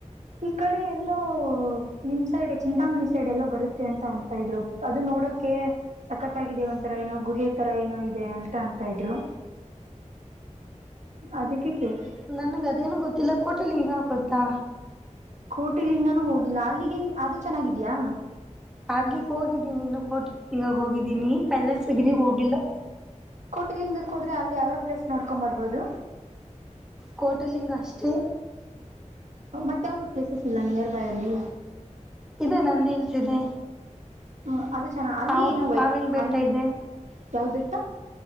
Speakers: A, on the right (about 65°); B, in the centre.
A: ಈ ಕಡೆ ಎಲ್ಲೋ ನಿಮ್ ಸೈಡ್ ಚಿಂತಾಮಣಿ ಸೈಡ್ ಎಲ್ಲೋ ಬರುತ್ತೆ ಅಂತ ಇದ್ರು. ಅದು ನೋಡಕ್ಕೆ. ಸಕ್ಕತಗಿದೆ ಒಂಥರ ಏನೋ ಗುಹೆ ತರ ಏನೋ ಇದೆ ಅಂತ ಅಂತ ಇದ್ರು. ಅದಿಕ್ಕೆ ಕೇಳ್ದೆ.
B: ನನ್ಗ ಅದೇನೋ ಗೊತ್ತಿಲ್ಲ ಕೊಟಿ ಲಿಂಗ ಗೊತ್ತಾ.
A: ಕೋಟಿಲಿಂಗಾನೂ ಹೋಗಿಲ್ಲ ಅಲ್ಲಿಗೆ ಅದು ಚೆನ್ನಾಗಿದ್ಯಾ.
B: ಅಲ್ಲಿಗ್ ಹೋಗಿದ್ದೀನಿ ಇನ್ನು ಕೋಟಿ ಲಿಂಗಗ್ ಹೋಗಿದ್ದೀನಿ ಕೈಲಾಸಗಿರಿ ಹೋಗಿಲ್ಲ.
A: ಕೋಟಿ ಲಿಂಗಕ್ಕೆ ಹೋದ್ರೆ ಅಲ್ಲಿ ಯಾವ್ ಯಾವ್ ಪ್ಲೇಸ್ ನೋಡ್ಕೊಂಬರ್ಬೋದು.
B: ಕೋಟಿಲಿಂಗ ಅಷ್ಟೇ.
A: ಮತ್ ಯಾವ್ದ ಪ್ಲೇಸಸ್ ಇಲ್ಲ ನಿಯರ್ ಬೈ ಅಲ್ಲಿ.
B: ಇದೆ ನಂದಿ ಹಿಲ್ಸ್ ಇದೆ.
A: ಹ್ಮ ಅದು ಚೆನ ಅಲ್ಲಿ
B: ಹಾವ್-
A: ಏನೊ ವೈ
B: ಹಾವಿನ ಬೆಟ್ಟ
A: ಅಲ್ಲಿ
B: ಇದೆ
A: ಯಾವ್ ಬೆಟ್ಟ.